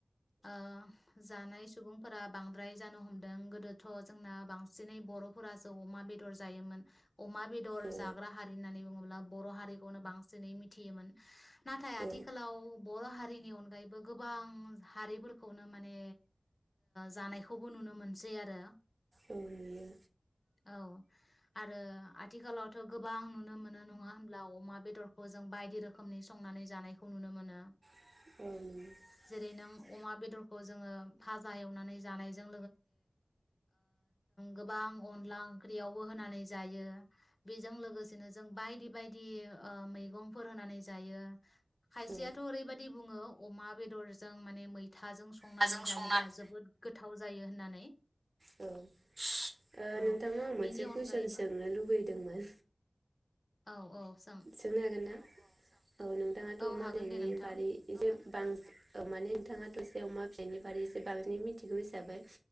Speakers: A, on the left; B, on the right.
A: ओ जानायै सुबुंफोरा बांद बांद्राय जानो हमदों गोदोथ' जोंना बांसिनै बर'फोरासो अमा बेदर जायोमोन अमा बेदर
B: औ
A: जाग्रा हारि होननानै बुङोब्ला बर' हारिखौनो बांसिनै मिथियोमोन नाथाय
B: औ
A: आथिखालाव बर' हारिनि अनगायैबो बो गोबां हारिफोरखौनो माने जानायखौ खौबो नुनो मोनसै आरो
B: औ नुयो
A: औ आरो आथिखालावथ' गोबां नुनो मोनो नङा होमब्ला अमा बेदर खौ जों बायदि रोखोमनि संनानै जानायखौ नुनो मोनो
B: <unintelligible>
A: जेरै नों अमा बेदरखौ जोङो फाजा एवनानै जानाय जों गोबां अनला ओंख्रियावबो होनानै जायो बेजों लोगोसेनो जों बायदि बायदि बिदि ओ मैगंफोर होनानै जायो खायसेयाथ'
B: औ
A: ओरैबायदि बुङो अमा बेदरजों माने मैथाजों संनानै
B: नाजों
A: जायोब्ला
B: संनानै
A: जोबोद गोथ थाव जायो होननानै
B: औ ओ
A: औ
B: नोंथांनाव आं मोनसे
A: बेनि
B: कुइसन
A: अनगायैबो
B: सोंनो लुबैदोंमोन
A: औ औ सों
B: सोंनो हागोन ना औ नोंथाङाथ'
A: औ
B: अमा
A: हागोन दे
B: <unintelligible>
A: नोंथां
B: बारै एसे बांऔ माने नोंथाङाथ जसे अमा बेनि बारै एसे बांसिनै मिथिगौ हिसाबै